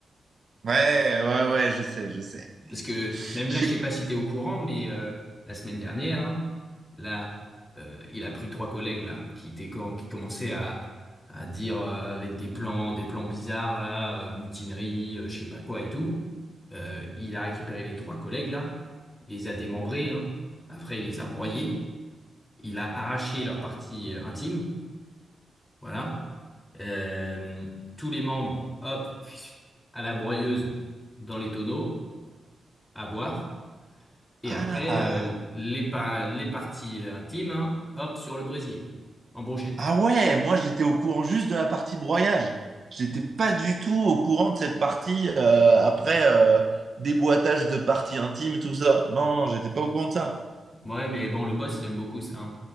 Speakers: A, on the right; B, on the left.
A: Ouais, ouais, ouais, je sais, je sais.
B: Parce que même
A: Je
B: là,
A: sais-
B: je sais pas si t'es au courant, mais euh, la semaine dernière, hein, là, euh, il a pris trois collègues là qui étaient com- qui commençaient à à dire euh, avec des plans, des plans bizarres là, euh, mutinerie, euh, je sais pas quoi et tout. Euh, il a récupéré les trois collègues là, il les a démembrés, hein. Après, il les a broyés, il a arraché leur partie euh, intime, voilà. Euh, tous les membres, hop, à la broyeuse, dans les tonneaux, à boire. Et
A: Ah,
B: après, euh, les, pa- les parties euh, intimes, hein, hop, sur le brésier, en brochette.
A: ah ouais, moi j'étais au courant juste de la partie broyage. J'étais pas du tout au courant de cette partie euh, après euh, déboîtage de parties intimes, tout ça. Non, non, j'étais pas au courant de ça.
B: Ouais, mais bon, le boss, il aime beaucoup ça. hein.